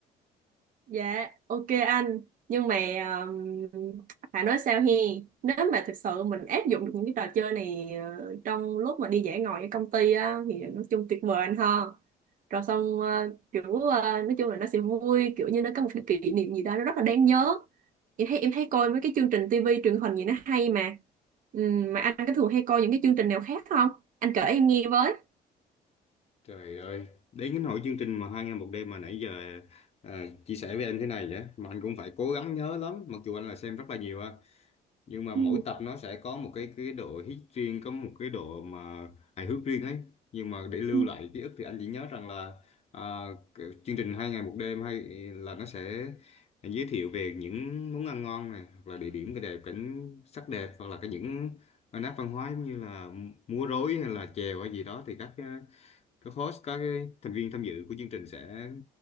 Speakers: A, on the right; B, on the left.
A: Dạ, ok anh. Nhưng mà um, phải nói sao he, nếu mà thực sự mình áp dụng được những cái trò chơi này ờ, trong lúc mà đi dã ngoại ở công ty á thì nói chung tuyệt vời anh ha. Rồi xong ờ, kiểu ờ, nói chung là nó sẽ vui, kiểu như nó có một cái kỷ niệm gì đó nó rất là đáng nhớ. Em thấy em thấy coi mấy cái chương trình tivi truyền hình gì nó hay mà. Ừm, mà anh có thường hay coi những cái chương trình nào khác không? Anh kể em nghe với.
B: trời ơi đến cái nỗi chương trình mà hai ngày một đêm mà nãy giờ à, chia sẻ với em thế này vậy mà anh cũng phải cố gắng nhớ lắm mặc dù anh là xem rất là nhiều nhưng mà mỗi
A: Ừ.
B: tập nó sẽ có một cái cái độ hit riêng có một cái độ mà hài hước riêng ấy nhưng mà để lưu
A: Ừ.
B: lại ký ức thì anh chỉ nhớ rằng là à, cái chương trình hai ngày một đêm hay ừ, là nó sẽ giới thiệu về những món ăn ngon này hoặc là địa điểm cái đẹp cảnh sắc đẹp hoặc là cái những nét văn hóa giống như là múa rối hay là chèo hay gì đó thì các các host các cái thành viên tham dự của chương trình sẽ